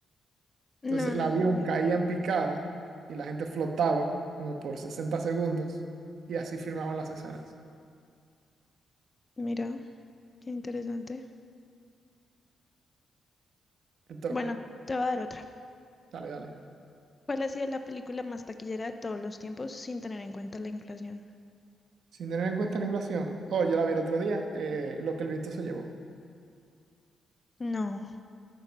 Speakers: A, on the right; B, on the left.
A: Entonces
B: no, no
A: el avión
B: sabía.
A: caía en picada y la gente flotaba como por 60 segundos y así filmaban las escenas.
B: Mira, qué interesante.
A: Te toca.
B: Bueno, te voy a dar otra.
A: Dale, dale.
B: ¿Cuál ha sido la película más taquillera de todos los tiempos sin tener en cuenta la inflación?
A: Sin tener en cuenta la inflación. Oh, yo la vi el otro día, eh, lo que el viento se llevó.
B: No,